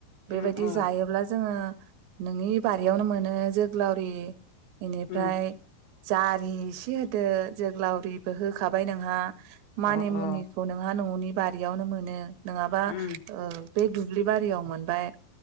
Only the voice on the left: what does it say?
उम अ
उम
अ
अ
उम